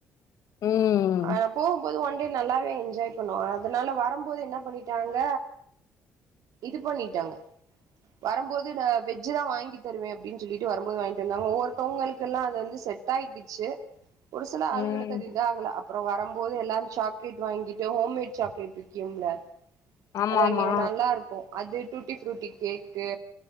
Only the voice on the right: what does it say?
ஆனா போகும்போது ஒன் நல்லாவே என்ஜாய் பண்ணுவான் அதனால வரும்போது என்ன பண்ணிட்டாங்க இது பண்ணிட்டாங்க வரும்போது நான் வெஜ் தான் வாங்கி தருவேன் அப்படி சொல்லிட்டு வரும்போது வாங்கிட்டு இருந்தாங்க ஒவ்வொருத்தவங்களுக்கு எல்லாம் அது வந்து செட் ஆகிக்கிச்சு ஒரு சில
ஆள்களுக்கு அது இதுஆகல அப்புறம் வரும்போது எல்லாரும் சாக் லேட் வாங்கிட்டு ஹோம்மேட் சாக்லேட் விக்கும்ல
அது அங்க நல்லா இருக்கும் அது டூட்டி ஃப்ரூட்டி கேக்கு